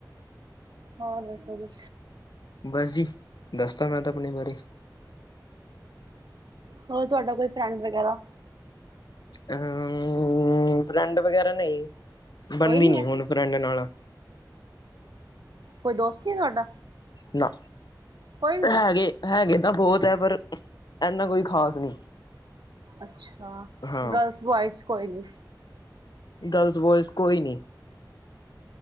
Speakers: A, on the right; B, on the left.
A: ਹੋਰ ਦੱਸੋ ਜੀ?
B: ਬਸ ਜੀ, ਦੱਸਤਾ ਮੈਂ ਤਾਂ ਆਪਣੇ ਬਾਰੇ।
A: ਹੋਰ ਤੁਹਾਡਾ ਕੋਈ ਫਰੈਂਡ ਵਗੈਰਾ।
B: ਅਮ ਫਰੈਂਡ ਵਗੈਰਾ ਨਹੀਂ, ਬਣਦੀ
A: ਕੋਈ
B: ਨੀ
A: ਹੈ
B: ਹੁਣ ਫਰੈਂਡ ਨਾਲ਼
A: ਕੋਈ ਦੋਸਤ ਨੀ ਆ ਤੁਹਾਡਾ?
B: ਨਾ
A: ਕੋਈ ਵੀ ਨੀ
B: ਹੈਗੇ, ਹੈਗੇ ਤਾਂ ਬਹੁਤ ਆ ਪਰ ਏਨਾ ਕੋਈ ਖ਼ਾਸ ਨੀ।
A: ਅੱਛਾ,
B: ਹਾਂ
A: ਗਰਲਜ਼ - ਬੋਆਇਜ਼ ਕੋਈ ਨੀ।
B: ਗਰਲਜ਼ -ਬੋਆਇਜ਼ ਕੋਈ ਨੀ।